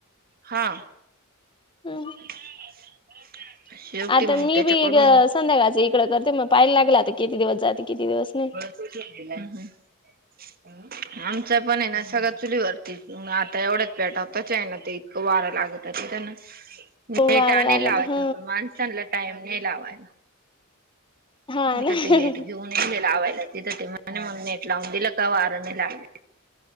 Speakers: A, on the right; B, on the left.
A: हा.
B: <unintelligible>
A: <inaudible>
B: <inaudible>
A: शेवटी
B: आता
A: मग
B: मी
A: त्याच्याकडून
B: बी संध्याकाळच इकडं करते मग पाहाय लागलं आता किती दिवस जाते किती दिवस नाही.
A: हू हू, आमच पण हेना सगळ चुलीवरती म आता एवढ्यात पेटवतो चाय ना ते वारं लाग त तिथन नेटाने
B: वारं लागत
A: लावायला
B: ह
A: पण माणसांला टाइम नाही लावायला
B: हा
A: आता
B: ना
A: ते नेट घेऊन येले लावायला तिथं ते म मला नेट लावून दिलं का वार नाही लाग